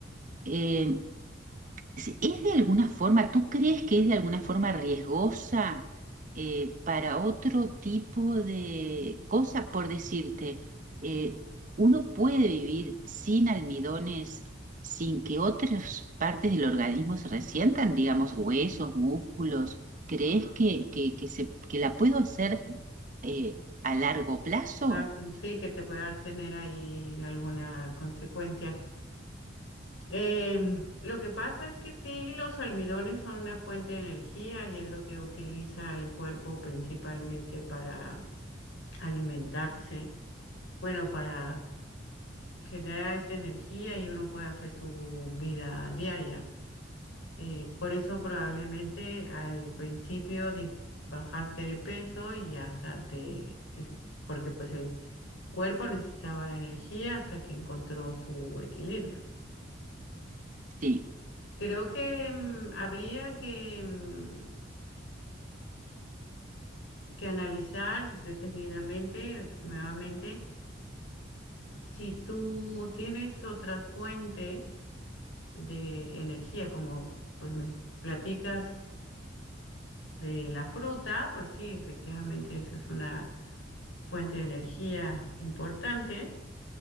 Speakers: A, on the right; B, on the left.
A: eh, ¿Es es de alguna forma, tú crees que es de alguna forma riesgosa eh, para otro tipo de cosas? Por decirte, eh, uno puede vivir sin almidones, sin que otras partes del organismo se resientan, digamos, huesos, músculos. ¿Crees que, que, que se, que la puedo hacer eh, a largo plazo?
B: razón, sí que te pueda tener ahí alguna consecuencia Em, lo que pasa es que sí, los almidones son una fuente de energía y es lo que utiliza el cuerpo principalmente para alimentarse, bueno, para generar esa energía y uno puede hacer su vida diaria. Eh, por eso probablemente al principio di- bajaste de peso y hasta te, es- porque pues el cuerpo necesitaba la energía hasta que encontró su equilibrio.
A: Sí.
B: Creo que mm, habría que, mm, que analizar detenidamente nuevamente si tú tienes otras fuentes de energía, como pues me platicas de la fruta, pues sí, efectivamente esa es una fuente de energía importante.